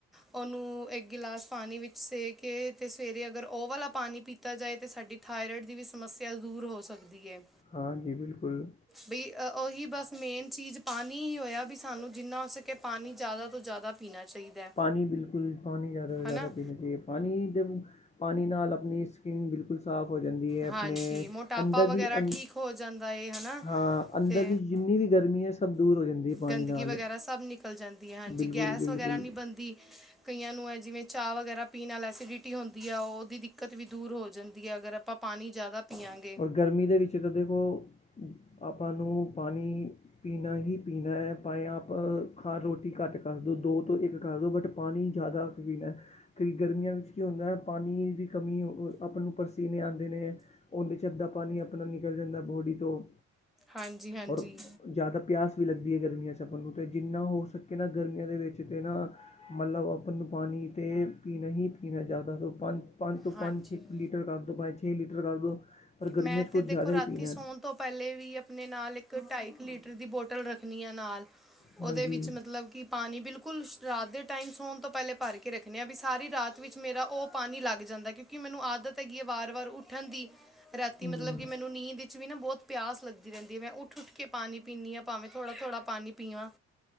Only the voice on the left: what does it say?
ਹਾਂਜੀ ਬਿਲਕੁਲ।
ਪਣੀ ਬਿਲਕੁ ਪਾਣੀ ਜ਼ਿਆਦਾ ਤੋਂ ਜ਼ਿਆਦਾ
ਪੀਣਾ ਚਾਹੀਦਾ। ਪਾਣੀ ਦੇ, ਪਾਣੀ ਨਾਲ ਆਪਣੀ ਸਕਿੰਨ ਬਿਲਕੁਲ ਸਾਫ ਹੋ ਜਾਂਦੀ ਹੈ। ਆਪਣੇ
ਅੰਦਰ
ਦੀ ਅੰ
ਹਾਂ ਅੰਦਰ
ਦੀ ਜਿੰਨੀ ਵੀ ਗਰਮੀ ਹੈ ਸਭ ਦੂਰ ਹੋ ਜਾਂਦੀ। ਹੈ ਪਾਣੀ
ਨਾਲ
ਬਿਲਕੁਲ
ਬਿਲਕੁਲ
ਗਰਮੀ ਦੇ ਵਿੱਚ ਤਾਂ ਦੇਖੋ ਆਪਾਂ ਨੂੰ ਪਾਣੀ ਪੀਣਾ ਹੀ ਪੀਣਾ ਹੈ, ਭਾਵੇਂ ਆਪ ਖਾ ਰੋਟੀ ਘੱਟ ਕਰ ਦਿਉ। ਦੋ ਤੋਂ ਇੱਕ ਕਰ ਦਿਉ ਬਟ ਪਾਣੀ ਜ਼ਿਆਦਾ ਪੀਣਾ ਹੇ। ਕਿ ਗਰਮੀਆਂ ਵਿੱਚ ਕੀ ਹੁੰਦਾ ਹੈ, ਪਾਣੀ ਦੀ ਕਮੀ ਅ-ਓ-ਆਪਾਂ ਨੂੰ ਪਰਸੀਨੇ ਆਉਂਦੇ ਨੇ। ਉਹਦੇ ਚ ਅੱਧਾ ਪਾਣੀ ਆਪਣਾ ਨਿਕਲ ਜਾਂਦਾ ਬੋਡੀ ਤੋਂ,
ਔਰ ਜ਼ਿਆਦਾ ਪਿਆਸ ਵੀ ਲੱਗਦੀ ਹੈ ਗਰਮੀਆਂ ਆਪਣ ਨੂੰ ਅਤੇ ਜਿੰਨਾ ਹੋ ਸਕੇ ਨਾ ਗਰਮੀਆਂ ਦੇ ਵਿੱਚ ਤੇ ਨਾ ਮਲਬ ਆਪਾਂ ਨੂੰ ਪਾਣੀ ਤੇ ਪੀਣਾ ਹੀ ਪੀਣਾ ਹੈ। ਜ਼ਿਆਦਾ ਤੋ ਪੰਜ ਪੰਜ ਤੋਂ
ਪੰਜ ਛੇ ਲੀਟਰ ਕਰ ਦਿਉ, ਭਾਵੇਂ ਛੇ ਲੀਟਰ ਕਰ ਦਿਉ। ਪਰ ਗਰਮੀਆਂ
'ਚ ਕੁਝ
ਜ਼ਿਆਦਾ
ਹੀ ਪੀਣਾ
ਹਾਂਜੀ
ਹੂੰ